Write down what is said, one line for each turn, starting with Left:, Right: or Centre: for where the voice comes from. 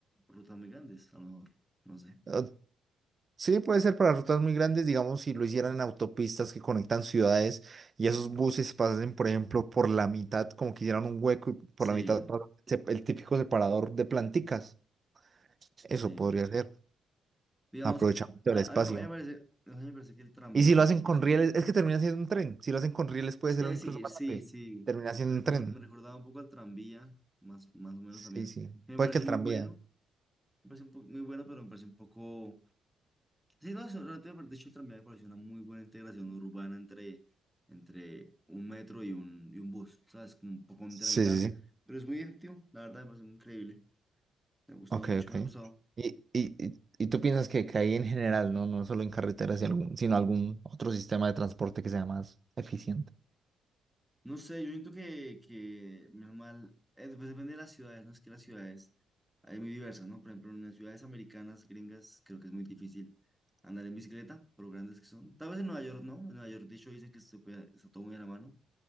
Centre: rutas muy grandes, a lo mejor. No sé.
Right: Eh, Sí, puede ser para rutas muy grandes, digamos, si lo hicieran en autopistas que conectan ciudades y esos buses pasen, por ejemplo, por la mitad, como que hicieran un hueco y por
Centre: Sí,
Right: la mitad pasa se- el típico separador de planticas. Eso
Centre: sí.
Right: podría ser,
Centre: Digamos,
Right: aprovechamiento
Centre: a,
Right: del espacio.
Centre: a mí a mí me parece, a mí me parece que el tranvía
Right: Y si
Centre: es
Right: lo
Centre: una
Right: hacen
Centre: solución
Right: con rieles, es que termina siendo un tren. Si lo hacen con rieles puede
Centre: Eso
Right: ser
Centre: te iba a decir,
Right: incluso más
Centre: sí,
Right: rápido.
Centre: sí.
Right: Termina siendo
Centre: Me, recu-
Right: un tren.
Centre: me recordaba un poco al tranvía, más, más o menos
Right: Sí,
Centre: también.
Right: sí.
Centre: Me
Right: Puede
Centre: parece
Right: que el
Centre: muy
Right: tranvía.
Centre: bueno, me parece un po- muy bueno, pero me parece un poco... Sí, no, eso, realmente me parece, de hecho, el tranvía me parece una muy buena integración urbana entre, entre un metro y un, y un bus, ¿sabes? Como un poco entre
Right: Sí,
Centre: la mitad,
Right: sí, sí.
Centre: pero es muy efectivo, la verdad, me parece increíble. Me ha gustado
Right: Ok,
Centre: mucho,
Right: ok.
Centre: me ha gustado.
Right: Y, y, y, y tú piensas que, que ahí en general, ¿no? No solo en carreteras, y algún- sino algún otro sistema de transporte que sea más eficiente.
Centre: No sé, yo siento que, que menos mal, eh, pues depende de las ciudades, ¿no? Es que las ciudades hay muy diversas, ¿no? Por ejemplo, en las ciudades americanas, gringas, creo que es muy difícil andar en bicicleta, por lo grandes que son. Tal vez en Nueva York, ¿no? En Nueva York, de hecho, dicen que se puede- está todo muy a la mano,